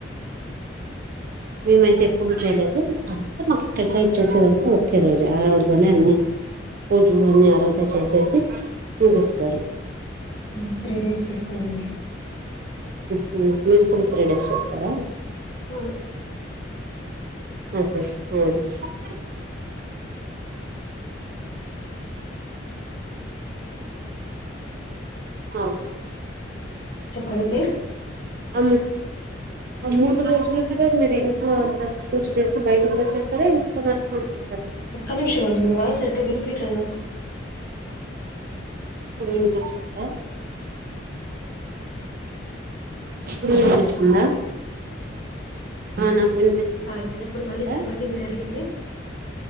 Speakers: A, on the right; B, on the left.
A: మేమైతే ఎప్పుడు చేయలేదు అంటె మాకు తెసాయి త చేసేదంతా ఒక్కె రోజే ఆ రోజులోనే అ పూజలన్నీ ఆ రోజు చేసేసి ముందిస్తారు
B: మాకు త్రీ డేస్ చేస్తారంండి
A: హ్మ్ మీరు కూడా త్రీ డేస్ చేస్తారా
B: అవును
A: <unintelligible> ఆ
B: చెప్పండి
A: అము ఆ మూడు రోజులు కూడా మీరు ఇంట్లో అంత పూర్తిచేసి బయట కూడా చేస్తారు ఏ <unintelligible>
B: ఒక్క నిమిషం అండి మీ వాయిస్ సరిగా వినిపిట లేదు నాకు
A: వినిపిస్తుంద వినిపిస్తుందా అ నాకు వినిపిస్తుంది
B: ఆ, ఇప్పుడు చెప్పండి మళ్ళీ
A: ద
B: చెప్పండి మీరు అడిగింది